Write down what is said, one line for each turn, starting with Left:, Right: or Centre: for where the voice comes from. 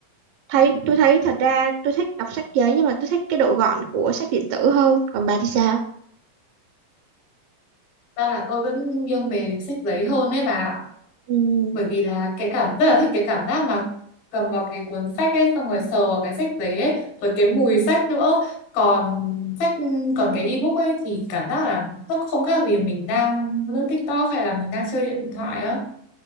Right: thấy tôi thấy thật ra tôi thích đọc sách giấy nhưng mà tôi thích cái độ gọn của sách điện tử hơn còn bà thì sao
Left: Ra là tôi vẫn nghiêng về sách giấy hơn ấy bà ạ.
Right: ừ.
Left: bởi vì là cái cảm rất là thích cái cảm giác mà cầm vào cái cuốn sách ấy xong rồi sờ vào cái sách giấy ấy rồi cái mùi sách nữa còn sách còn cái ebook ấy thì cảm giác là nó không khác gì mình đang lướt TikTok hay là mình đang chơi điện thoại á